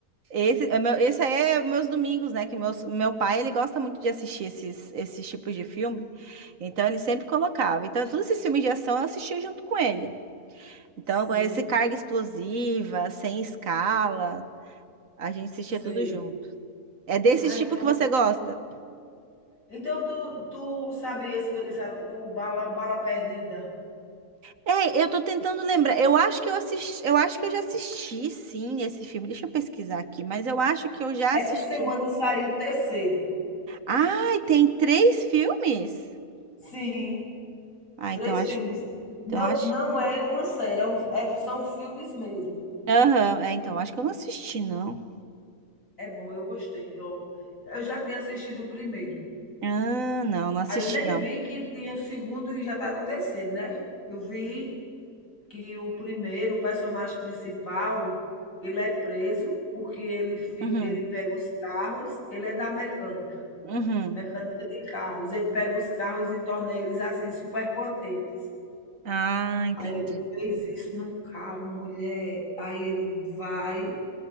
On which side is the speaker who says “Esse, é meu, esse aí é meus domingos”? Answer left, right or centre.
Right